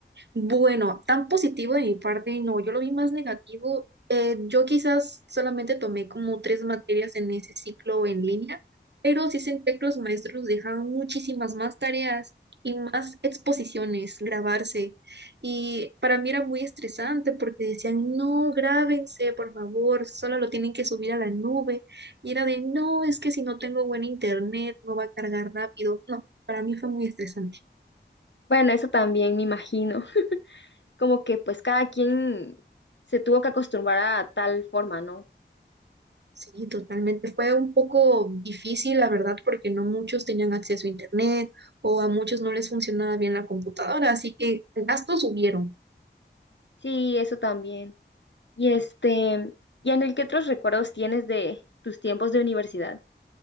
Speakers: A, on the right (about 65°); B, on the left (about 70°).
A: Bueno, tan positivo de mi parte, no, yo lo vi más negativo. Eh, yo quizás solamente tomé como tres materias en ese ciclo en línea, pero sí senté que los maestros dejaban muchísimas más tareas y más exposiciones, grabarse. Y para mí era muy estresante porque decían, no, grábense, por favor, solo lo tienen que subir a la nube. Y era de, no, es que si no tengo buen internet, no va a cargar rápido. No, para mí fue muy estresante.
B: Bueno, eso también me imagino. como que pues cada quien se tuvo que acostumbrar a tal forma, ¿no?
A: Sí, totalmente. Fue un poco difícil, la verdad, porque no muchos tenían acceso a internet o a muchos no les funcionaba bien la computadora, así que gastos hubieron.
B: Sí, eso también. Y este, ¿y Anel, qué otros recuerdos tienes de tus tiempos de universidad?